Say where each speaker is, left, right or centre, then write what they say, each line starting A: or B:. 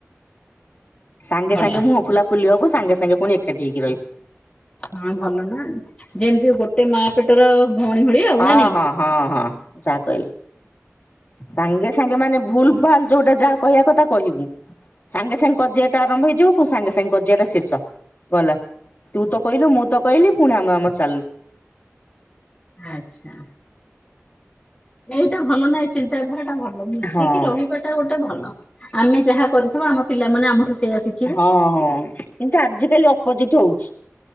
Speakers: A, on the left (about 40°); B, on the left (about 20°).
A: ସାଙ୍ଗେ
B: ଭଲ
A: ସାଙ୍ଗେ ମୁଁହ ଫୁଲାଫୁଲି ହବୁ, ସାଙ୍ଗେ ସାଙ୍ଗେ ପୁଣି ଏକାଠି ହେଇକି ରହିବୁ।
B: ହଁ ଭଲ ନା, ଯେମିତି ଗୋଟେ ମା ପେଟର ଭଉଣୀ ଭଳିଆ ଆଉ
A: ହଁ
B: ନା ନାଇଁ?
A: ହଁ ହଁ- ହଁ ଯାହା କହି ସାଙ୍ଗେ ସାଙ୍ଗେ ମାନେ, ଭୁଲ ଭାଲ ଯୋଉଟା ଯାହା କହିଆ କଥା କହିବୁ। ସାଙ୍ଗେ ସାଙ୍ଗେ କଜିଆଟା ଆରମ୍ଭ ହେଇଯିବ, ପୁଣି ସାଙ୍ଗେ ସାଙ୍ଗେ କଜିଆଟା ଶେଷ ଗଲା। ତୁ ତ କହିଲୁ, ମୁଁ ତ କହିଲି ପୁଣି ଆମେ ଆମର ଚାଲିଲୁ।
B: ଆଚ୍ଛା। ଏଇଟା ଭଲ ନା, ଚିନ୍ତାଧାରାଟା ଭଲ ମିଶିକି
A: ହଁ।
B: ରହି ସେଇଟା ଗୋଟେ ଭଲ। ଆମେ ଯାହା କରିଥିବା ଆମ ପିଲାମାନେ ଆମଠୁ ସେଇଆ ଶିଖ୍
A: ହଁ- ହଁ କିନ୍ତୁ ଆଜି କାଲି ଅପୋଜିଟ ହଉଛି,